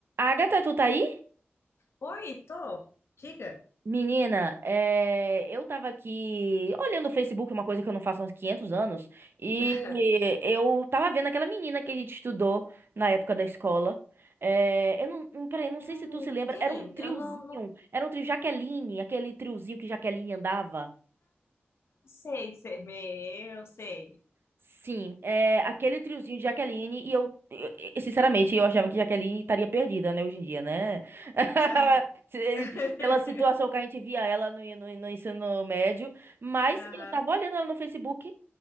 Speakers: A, on the right; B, on the left.
A: Agatha, tu tá aí?
B: Oi, tô. Diga.
A: Menina, é, eu tava aqui olhando o Facebook, uma coisa que eu não faço há uns 500 anos, e
B: <laughs>
A: eu tava vendo aquela menina que a gente estudou na época da escola. É, Eu não, não- peraí, não sei
B: Hum,
A: se tu se lembra,
B: quem?
A: era um triozinho,
B: Eu não, não
A: era um trio Jaqueline, aquele triozinho que Jaqueline andava.
B: sei ser me, eu sei.
A: Sim, é aquele triozinho de Jaqueline e eu, eu- eu- sinceramente, eu achava que Jaqueline estaria perdida, né, hoje em dia, né? <laughs>
B: Aham.
A: Se-
B: <laughs>
A: Pela situação que a gente via ela no, no, no ensino médio, mas
B: Aham.
A: eu tava olhando ela no Facebook,